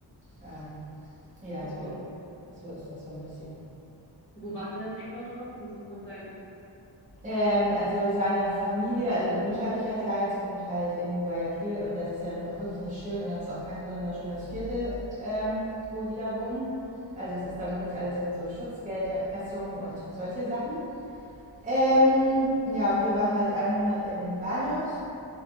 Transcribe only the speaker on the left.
Okay.
Wo wart ihr dann in Ecuador? Beziehungsweise wo kommt dein...